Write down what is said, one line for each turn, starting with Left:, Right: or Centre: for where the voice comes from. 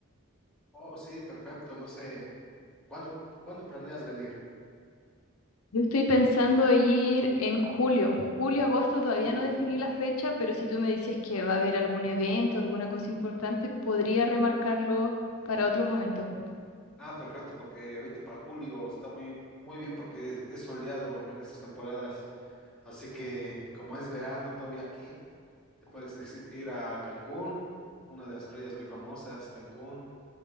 Centre: Oh, sí, perfecto. No sé, ¿cuándo, cuándo planeas venir?
Left: Yo estoy pensando ir en julio. Julio, agosto, todavía
Centre: Julio.
Left: no definí la fecha, pero si tú me dices que va a haber algún evento, alguna cosa importante, podría remarcarlo para otro
Centre: Ujú.
Left: momento.
Centre: Ah, perfecto, porque ahorita para julio está muy, muy bien porque es, es soleado en estas temporadas. Así que, como es verano todavía aquí, te puedes deci- ir a Cancún, una de las playas muy famosas, Cancún,